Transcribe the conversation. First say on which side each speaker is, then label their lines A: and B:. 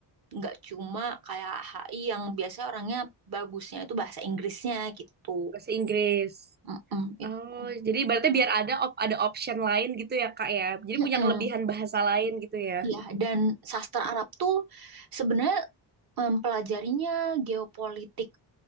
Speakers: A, on the right; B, on the right.
A: nggak cuma kayak HI yang biasanya orangnya bagusnya itu bahasa Inggrisnya gitu
B: Bahasa Inggris.
A: Mm-mm, itu
B: Oh, jadi berarti biar ada op- ada option lain gitu ya kak ya. Jadi
A: Mm-mm.
B: punya kelebihan bahasa lain gitu ya.
A: Ya, dan sastra Arab tuh sebenarnya mempelajarinya geopolitik